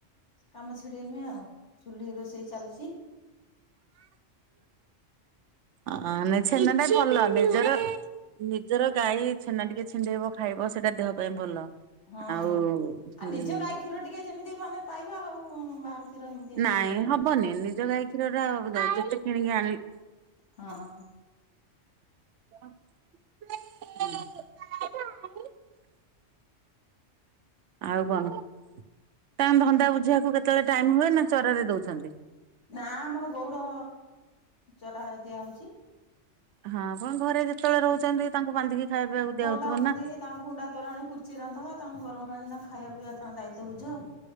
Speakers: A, on the left (about 70°); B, on the right (about 70°).
A: କାମ ଛିଡେଇମି ଆଉ ଚୁଲି ରୋଷେଇ ଚାଲିଛି।
B: ଅ ମାନେ ଛେନାଟା ଭଲ ନିଜର ନିଜର ଗାଈ ଛେନା ଟିକେ ଛିଣ୍ଡେଇବ ଖାଇବ ସେଇଟା ଦେହ ପାଇଁ ଭଲ।
A: ହଁ
B: ଆଉ
A: ଆଉ
B: ହୁଁ।
A: ନିଜ ଗାଈ କ୍ଷୀର ଟିକେ ଯେମିତି ମାନେ ପାଇବା ଆଉ ବାହାର କ୍ଷୀର ଏମିତି ହେତେ
B: ନାଇଁ
A: ଆଜ୍ଞା ମ୍ୟାମ।
B: ହବନି ନିଜ ଗାଈ କ୍ଷୀରଟା ଯେତେ କିଣିକି ଆଣିକି ଆଣିଲେ
A: ହଁ।
B: <inaudible> ଆଉ କଣ ତାଙ୍କ ଧନ୍ଦା ବୁଝିବାକୁ କେତେବେଳେ ଟାଇମ ହୁଏ ନା ଚରାରେ ଦଉଛନ୍ତି?
A: ନା ଆମର ଗଉଡ ଚରା ଦିଆ ହଉଚି।
B: ହଁ ଆପଣ ଘରେ ଯେତେବେଳେ ରହୁଛନ୍ତି ତାଙ୍କୁ ବାନ୍ଧିକି ଖାଇବା ପିଇବାକୁ ଦିଆହଉଥିବ
A: ବନ୍ଧା ବନ୍ଧି
B: ନା।
A: ତାଙ୍କୁ କୁଣ୍ଡା ତୋରାଣି ଖୁର୍ଚି ରାନ୍ଧ। ତାଙ୍କ ଗରମ ପାଣି ତାଙ୍କ ଖାଇବା ପିଇବା ତାଙ୍କ ଦାୟିତ୍ଵ ବୁଝ।